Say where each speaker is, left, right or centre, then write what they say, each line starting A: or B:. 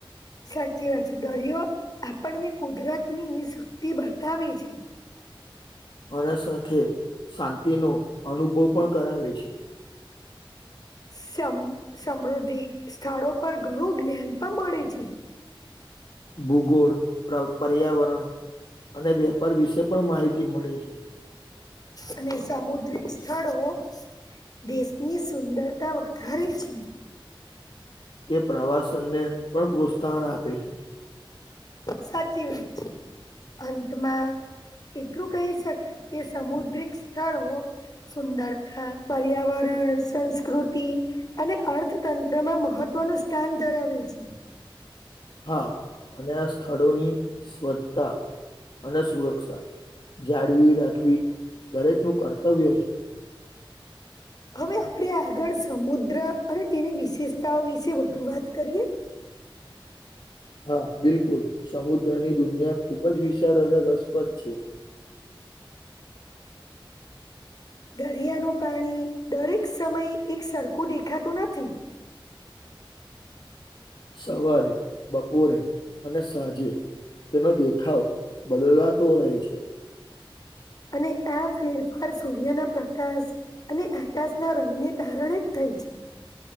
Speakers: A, on the left; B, on the left.
A: સાચી વાત છે દરિયો આપણને કુદરત ની શક્તિ બતાવે છે.
B: અને સંથે શાંતિનો અનુભવ પણ કરાવે છે.
A: સમ સમૃદ્ધિ સ્થળો પર ઘણું જ્ઞાન પણ મળે છે.
B: ભૂગોળ પ્ર પર્યાવરણ અને વેપાર વિશે પણ માહિતી મળી છે.
A: અને સામુદ્રિક સ્થળો દેશની સુંદરતા વધારે છે.
B: તે પ્રવાસનને પણ પ્રોત્સાહન આપે છે.
A: સાચી વાત છે, અંતમાં એટલું કહી શકાય કે સમુદ્રિક સ્થળો સુંદરતા પર્યાવરણ સંસ્કૃતિ અને અર્થતંત્રમાં મહત્વ તત્વનું યશ સ્થાન ધરાવે છે.
B: હા અને આ સ્થળોની સ્વચ્તા અને સુરક્ષા જાળવી રાખવી દરેકનુ કર્તવ્ય છે.
A: હવે આપણે આગળ સમુદ્ર અને તેની વિશેષતાઓ વિશે વધુ વાત કરીએ
B: <inaudible> હા બિલકુલ સમુદ્રની દુનિયા ખૂબ જ વિશાળ અને રસપ્રદ છે. <inaudible>
A: દરિયાનું પાણી દરેક સમય એક સરખું દેખાતું નથી
B: સવારે, બપોરે અને સાંજે તેનો દેખાવ બદલાતો રહે છે.
A: અને આ ફેરફાર સૂર્યના પ્રકાશ અને આકાશના રંગને કારણે જ થઈ <inaudible>